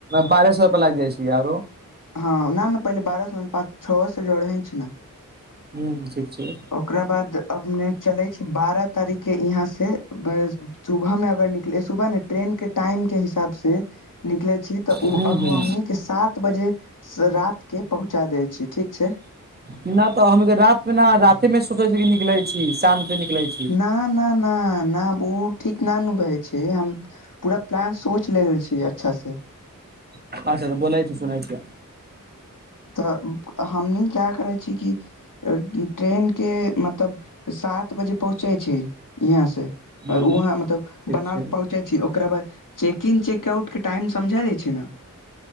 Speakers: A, on the right; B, on the left.
A: बारह सए रुपआ लागि जाइ छै आरो
B: हँ ना ना पहिले बारह सए मे पाँच छओ से जोड़े छै नऽ
A: हू ठीक छै
B: ओकरा बाद अपने चलै छी बारह तारीख के यहाँ से सुबह में अगर निकले सुबह में ट्रेन के टाइम के हिसाब से निकले छी तऽ उ
A: हूँ
B: अ हमनी
A: हूँ
B: के सात बजे रात के पहुँचा देय छी ठीक छै
A: नऽ तऽ हम रातमे ना राते मे सोचे छी निकलै छी शाम निकलै छै
B: ना ना ना ना उ ठीक ना नू भै छै हम पूरा प्लान सोच लेबे छि अच्छा से
A: अच्छा तऽ बोलाय छ सुनाय छिय
B: तऽ हमनी का करै छी कि ट्रेनके मतलब सात बजे पहुँचै छै यहाँसे
A: हूँ
B: वहाँ मतलब
A: ठीक
B: बनार
A: छै
B: पहुँचै छै ओकरा बाद चेक किन चेकआउटके टाइम समझा लै छी नऽ